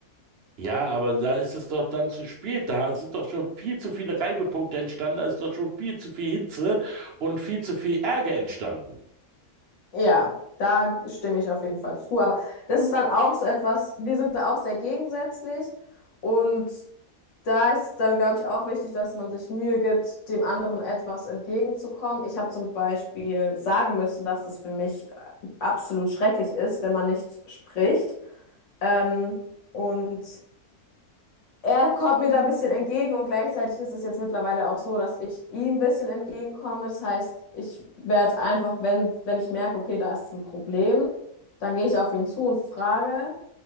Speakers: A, on the right (about 60°); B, on the left (about 55°).
A: Ja, aber da ist es doch dann zu spät. Da sind doch schon viel zu viele Reibepunkte entstanden, da ist doch schon viel zu viel Hitze und viel zu viel Ärger entstanden.
B: Ja, da stimme ich auf jeden Fall zu. Aber das ist dann auch so etwas, wir sind da auch sehr gegensätzlich. Und da ist dann, glaube ich, auch wichtig, dass man sich Mühe gibt, dem anderen etwas entgegenzukommen. Ich habe zum Beispiel sagen müssen, dass es für mich absolut schrecklich ist, wenn man nicht spricht. Ähm, und er kommt mir da ein bisschen entgegen und gleichzeitig ist es jetzt mittlerweile auch so, dass ich ihm ein bisschen entgegenkomme. Das heißt, ich werde einfach, wenn, wenn ich merke, okay, da ist ein Problem, dann gehe ich auf ihn zu und frage.